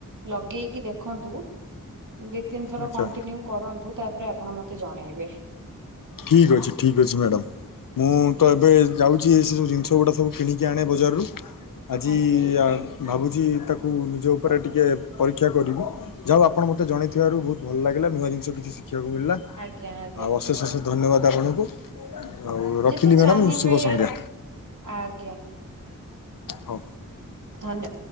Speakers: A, on the right (about 65°); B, on the left (about 80°).
A: ଲଗେଇକି ଦେଖନ୍ତୁ। ଦି ତିନି ଥର
B: ଆଚ୍ଛା
A: କଣ୍ଟିନ୍ୟୁ କରନ୍ତୁ ତାପରେ ଆପଣ ମତେ ଜଣେଇବେ।
B: ଠିକ୍ ଅଛି ଠିକ୍ ଅଛି ମ୍ୟାଡ଼ାମ୍ ମୁଁ
A: ଆଜ୍ଞା
B: ତ ଏବେ ଯାଉଛି ଏ ସେ ସବୁ ଜିନିଷ ଗୁଡ଼ା ସବୁ କିଣିକି ଆଣେ ବଜାରରୁ ଆଜି
A: ଆଜ୍ଞା
B: ଆ ଭାବୁଛି ତାକୁ ନିଜ ଉପରେ ଟିକିଏ ପରୀକ୍ଷା କରିବି। ଯାହଉ ଆପଣ ମତେ ଜଣେଇଥିବାରୁ ବହୁତ ଭଲ ଲାଗିଲା। ନୂଆ ଜିନିଷ କିଛି ଶିଖିବାକୁ ମିଳିଲା। ଆଉ
A: ଆଜ୍ଞା ଆଜ୍ଞା
B: ଅଶେଷ ଅଶେଷ ଧନ୍ୟବାଦ ଆପଣଙ୍କୁ ଆଉ ରଖିଲି
A: ଯେତେ ଚାହିଁବେ
B: ମ୍ୟାଡ଼ାମ ଶୁଭ ସଂଧ୍ୟା।
A: ଆଜ୍ଞା
B: ହଉ
A: ଧନ୍ୟ